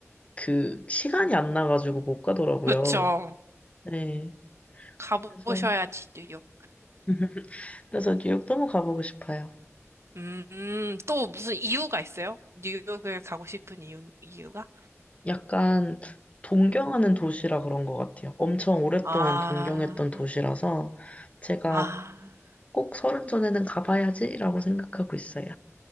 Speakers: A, on the left; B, on the right.
A: 그 시간이 안 나가지고 못 가더라고요.
B: 그쵸.
A: 네.
B: 가보셔야지
A: 그래서
B: 뉴욕.
A: <laughs> 그래서 뉴욕 너무 가보고 싶어요.
B: 음, 음, 또 무슨 이유가 있어요? 뉴욕을 가고 싶은 이유, 이유가?
A: 약간 동경하는 도시라 그런 것 같아요. 엄청 오랫동안
B: 아,
A: 동경했던 도시라서 제가
B: 아.
A: 꼭 서른 전에는 가봐야지라고 생각하고 있어요.